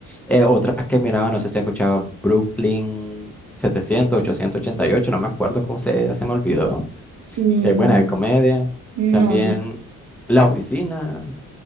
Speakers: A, in the centre; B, on the right.
A: Eh, otra que miraba, no sé si escuchaba Brooklyn 700, 888, no me acuerdo cómo se, ya se me olvidó.
B: Mm,
A: Eh, buena de comedia.
B: no,
A: También
B: no,
A: La Oficina,